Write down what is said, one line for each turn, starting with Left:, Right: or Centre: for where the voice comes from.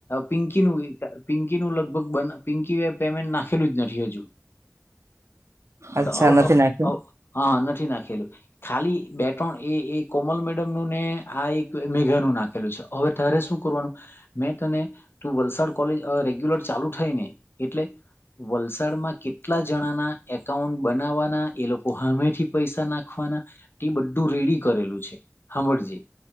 Left: પિંકીનું પિંકી નું લગભગ બ પિંકી પેમેન્ટ નાખેલું જ નથી હજુ
Right: અચ્છા
Left: તો અવ
Right: નથી નાખ્યું
Left: અવ હ નથી નાખેલું ખાલી બે ત્રણ એ એ કોમલ મેડમ નું ને આ એક મેઘા નું નાખ ખેલુ છે હવે તારે શું કરવાનું મે તને તું વલસાડ કોલેજ અ રેગ્યુલર ચાલુ થાય ને એટલે વલસાડમાં કેટલા જણાના એકાઉન્ટ બનાવવાના એ લોકો હમેથી પૈસા નાખવાના તે બધું રેડી કરેલું છે હામળજે